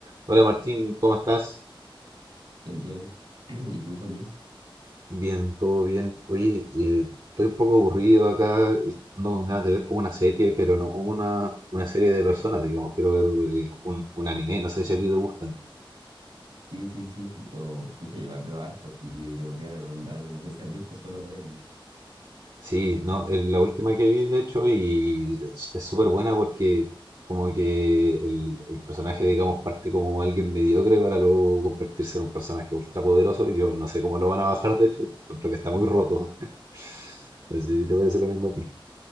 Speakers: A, on the right; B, on the right.
A: Hola Martín, ¿cómo estás?
B: Bien, bien. <clears throat> ¿Y tú, Joaquín?
A: Bien, todo bien. Oye, eh, estoy un poco aburrido acá, y ando con ganas de ver como una serie, pero no una, una serie de personas, digamos, quiero ver eh, un, un anime, no sé si a ti te gustan.
B: Sí, sí, sí. O, pucha, igual veo harto, así que te podría recomendar. No sé si has visto Solo Leveling.
A: Sí, no, es la última que vi de hecho y es es súper buena porque como que el, el personaje, digamos, parte como alguien mediocre para luego convertirse en un personaje ultrapoderoso. Yo no sé cómo lo van a bajar, de hecho, porque encuentro que está muy roto. <laughs> No sé si te parece lo mismo a ti.